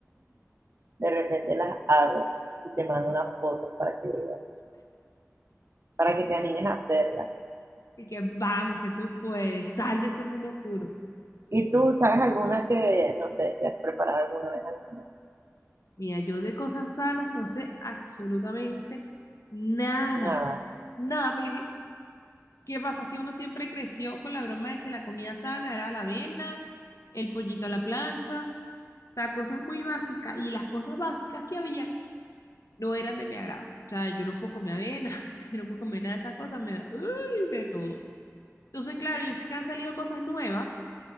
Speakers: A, on the right (about 55°); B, on the left (about 80°).
A: De repente las hago y te mando una foto para que veas, para que te animes a hacerlas.
B: Y que vamos, que tú puedes, sal de ese mundo oscuro.
A: ¿Y tú sabes alguna que, no sé, te has preparado alguna vez alguna?
B: Mira, yo de cosas sanas no sé absolutamente nada.
A: Nada,
B: Nada, porque ¿qué pasa? Es que uno siempre creció con la broma de que la comida sana era la avena, el pollito a la plancha, o sea, cosas muy básicas. Y las cosas básicas que habían no eran de mi agrado. O sea, yo no puedo comer avena, <laughs> yo no puedo comer nada de esas cosas, me da, uy, de todo. Entonces, claro, yo sé que han salido cosas nuevas.